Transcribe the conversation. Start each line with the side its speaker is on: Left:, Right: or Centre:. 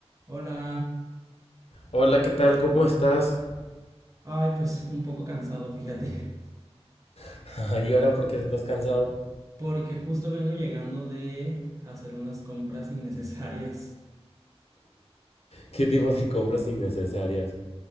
Right: Hola.
Left: Hola, ¿qué tal? ¿Cómo estás?
Right: Ay, pues un poco cansado, fíjate.
Left: <laughs> ¿Y ahora por qué estás cansado?
Right: Porque justo vengo llegando de hacer unas compras innecesarias.
Left: ¿Qué tipo de compras innecesarias?